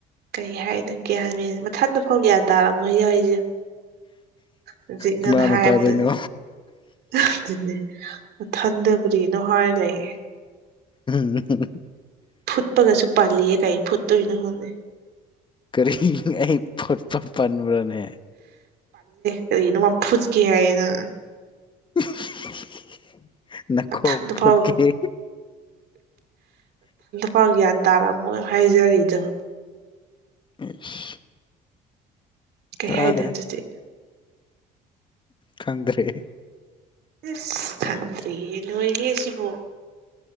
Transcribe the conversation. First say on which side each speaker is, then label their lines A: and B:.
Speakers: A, on the right; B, on the left.
A: ꯀꯩ ꯍꯥꯏꯅꯣ ꯒ꯭ꯌꯥꯟꯅꯦ ꯃꯊꯟꯗ ꯐꯥꯎ ꯒ꯭ꯌꯥꯟ ꯇꯥꯔꯛꯑ ꯃꯣꯏ ꯌꯥꯎꯔꯤꯁꯦ ꯍꯧꯖꯤꯛ
B: ꯀꯅꯥꯅ
A: ꯅꯪꯅ ꯍꯥꯏꯕꯗꯨꯅꯤ
B: ꯇꯥꯗꯣꯏꯅꯣ
A: ꯑꯗꯨꯅꯦ ꯃꯊꯟꯗ ꯀꯔꯤꯅꯣ ꯍꯥꯏꯔ ꯂꯩꯌꯦ
B: ꯎꯝ
A: ꯐꯨꯠꯄꯒꯁꯨ ꯄꯥꯜꯂꯤꯌꯦ ꯀꯩ ꯐꯨꯠꯇꯣꯏꯅꯣ ꯈꯪꯗꯦ
B: ꯀꯔꯤ ꯑꯩ ꯐꯨꯠꯄ ꯄꯟꯕ꯭ꯔꯅꯦ
A: ꯀꯔꯤ ꯏꯅ ꯋꯥꯄꯨꯁ ꯀꯌꯦꯅ
B: <unintelligible> ꯅꯈꯣ
A: ꯃꯊꯟꯇ
B: ꯐꯣꯠꯀꯦ
A: ꯐꯥꯎ ꯃꯥ ꯒ꯭ꯌꯥꯟ ꯇꯥꯔꯝꯃꯣꯏ ꯍꯥꯏꯖꯔꯤꯗꯣ
B: ꯑꯦ
A: ꯀꯩ
B: ꯇꯥꯗ꯭ꯔꯦ
A: ꯍꯥꯏꯅꯣ ꯑꯗꯨꯗꯤ
B: ꯈꯪꯗ꯭ꯔꯔꯤ
A: ꯑꯁ ꯈꯟꯗ꯭ꯔꯤ ꯂꯣꯏꯔꯦ ꯁꯤꯕꯨꯣ